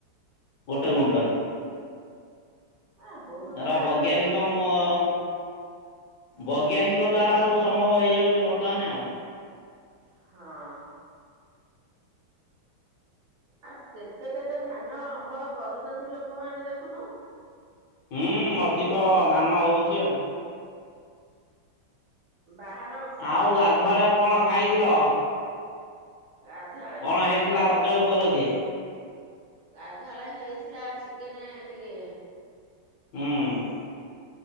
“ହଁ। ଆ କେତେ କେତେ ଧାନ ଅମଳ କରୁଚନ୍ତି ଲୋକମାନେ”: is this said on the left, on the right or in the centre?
Right